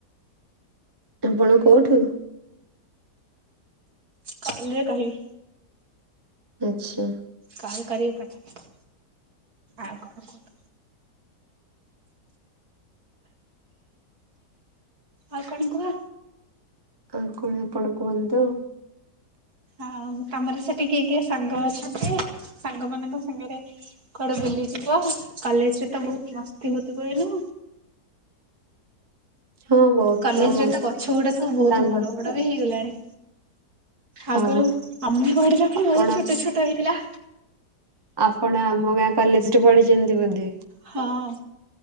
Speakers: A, on the right; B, on the right.
A: ଆପଣ କୋଉଠୁ?
B: କଲରେ କହିବି।
A: ଆଚ୍ଛା।
B: କଲ କରିବି ପଛରେ ଆଉ କଣ କୁହନ୍ତୁ? ଆଉ କଣ କୁହ?
A: ଆଉ କଣ ଆପଣ କୁହନ୍ତୁ?
B: ଆଉ ତମର ସେଠ କିଏ କିଏ ସାଙ୍ଗ ଅଛନ୍ତି ସାଙ୍ଗ ମାନଙ୍କ ସାଙ୍ଗରେ କୁଆଡ଼େ ବୁଲିଯିବ କଲେଜରେତ ବହୁତ୍ ମସ୍ତି ହଉଥିବ ଏଇନା।
A: ହଁ ବହୁତ
B: କଲେଜରେତ
A: ମସ୍ତି
B: ଗଛ ଗୁଡ଼ା ସବୁ ବହୁତ୍
A: ସାଙ୍ଗ
B: ବଡ଼ ବଡ଼ବି ହେଇଗଲାଣି।
A: ହଁ
B: ଆଗରୁ ଆମେ ବଢିଲା ବେଳେ
A: ଆପଣ
B: ବହୁତ୍ ଛୋଟ ଛୋଟ ହେଇଥିଲା।
A: ଆପଣ ଆମ ଗାଁ କଲେଜରେ ପଢ଼ିଛନ୍ତି ବୋଧେ?
B: ହଁ।